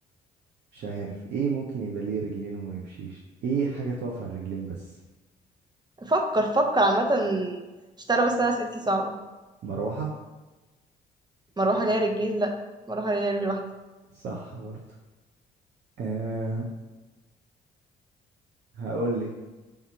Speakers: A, on the right; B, on the right.
A: مش عارف ايه ممكن يبقى ليه رجلين وما يمشيش ايه حاجة تقف على الرجلين بس
B: فكر فكر عامة مش تعرف بس أنا أسئلتي صعبة
A: مروحة
B: مروحة ليا رجلين لأ مروحة ليا رجل واحدة
A: صح برضه آه هقولك